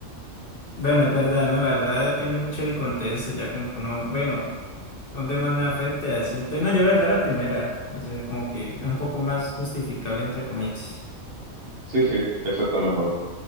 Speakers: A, on the left; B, on the right.
A: Bueno, es verdad, ¿no? La verdad depende mucho del contexto, ya como que uno, bueno. dónde más me afecta? Siento, no, yo la verdad la primera, o sea, como que es un poco más justificable entre comillas.
B: Sí, sí, eso está mejor.